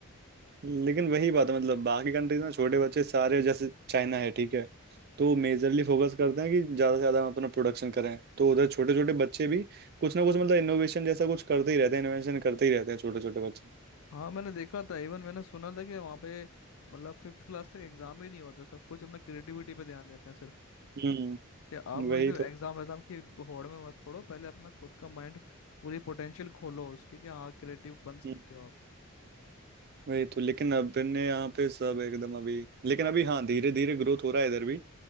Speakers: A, on the right (about 45°); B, on the left (about 65°).
A: लेकिन वही बात है मतलब बाकी कंट्रीज में छोटे बच्चे सारे जैसे चाइना है ठीक है तो मेजरली फोकस करते हैं कि ज़्यादा से ज़्यादा हम अपना प्रोडक्शन करें तो उधर छोटे छोटे बच्चे भी कुछ ना कुछ मतलब इनोवेशन जैसा कुछ करते ही रहते हैं इनोवेशन करते ही रहते हैं छोटे छोटे बच्चे
B: हाँ मैंने देखा था इवन मैंने सुना था कि वहाँ पे मतलब फिफ्थ क्लास तक एग्जाम ही नहीं होते सब कुछ अपना क्रिएटिविटी पे ध्यान देते हैं सिर्फ
A: हम्म
B: कि आप वैसे
A: वही तो
B: एग्जाम एग्जाम की होड़ में मत पड़ो पहले अपना खुद का माइंड पूरी पोटेंशियल खोलो उसके कि हाँ क्रिएटिव बन
A: हम्म,
B: सकते हो
A: वही तो लेकिन अब ने यहाँ पे सब एकदम अभी लेकिन अभी हाँ धीरे धीरे ग्रोथ हो रहा है इधर भी